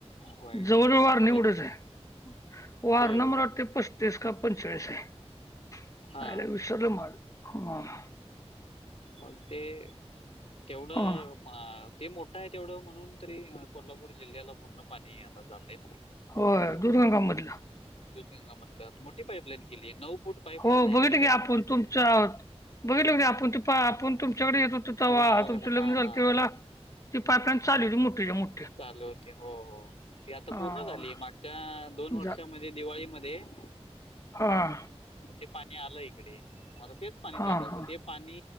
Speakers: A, on the left (about 65°); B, on the left (about 30°).
A: होय
B: जवळजवळ वारणे
A: ते-
B: एवढच आहे. <unintelligible> वारणा
A: होय होय
B: मला वाटतय पस्तीस का पंचेचाळीस आहे
A: हां
B: <unintelligible> विस <unintelligible> रोलो माळ <unintelligible>
A: मग ते तेवढं
B: हां.
A: <unintelligible> अ ते मोठ आहे तेवढं म्हणून तरी कोल्हापूर जिल्ह्याला पूर्ण पाणी आता जातय
B: होय दुधगंगा मधल <unintelligible>
A: दुधगंगा मधलं मोठी पाईपलाईन <unintelligible> फूट पाईपलाईन
B: हो
A: आहे
B: बघितली
A: म्हणजे
B: की आपूण तुमच्या आत <unintelligible> बघितले आपूण तु पा आपण तुमच्याकडे येत होतो तेव्हा
A: गावाकडं
B: तुमच लग्न
A: हा
B: झालं
A: हा
B: तेव्हा.
A: हा
B: <unintelligible> ती पाईपलाईन चालीवली मोठीच्या मोठी. <unintelligible>
A: चालू होते हो हो ती आता
B: हां.
A: पूर्ण झाली मागच्या दोन वर्षामध्ये
B: जा
A: <unintelligible> दिवाळीमध्ये <unintelligible>
B: हा <unintelligible>
A: ते पाणी आलं इकडे म आता तेच पाणी
B: हां,
A: चालू असत
B: हां.
A: ते पाणी